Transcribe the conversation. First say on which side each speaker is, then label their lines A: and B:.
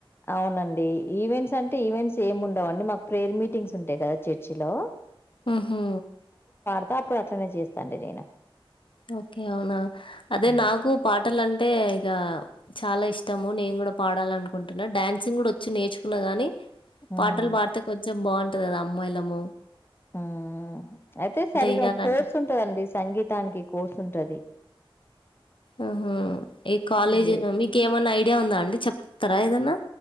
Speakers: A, on the left; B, on the left.
A: అవునండి ఈవెంట్స్ అంటే ఈవెంట్స్ ఏమి ఉండవుండి మాకు ప్రేయర్ మీటింగ్స్ ఉంటాయి కదా చర్చి లో
B: ఉహు
A: అతాపుడు అట్లానె చేస్తా అండి నేను
B: ఓకే అవునా అదే
A: హ్మ్
B: నాకు పాటలంటే ఇగా చాలా ఇష్టము నేను కూడా పాడాల అనుకుంటున్నా డాన్సింగ్ కూడా వచ్చు నేర్చుకున్నా గాని
A: హ్మ్
B: పాటలు పాడితే కొంచెం బాగుంట అమ్మాయిలం
A: హ్మ్మ్ అయితే సరిగ్గా
B: ఇయ్యాలంటే
A: కోర్స్ ఉంటదండి సంగీతానికి కోర్సుంటది
B: ఉహు ఏ కాలజ్
A: చేయ
B: మీ కేవన్నాయి ఐడియా ఉందా అండి చెప్తారా ఏదన్నా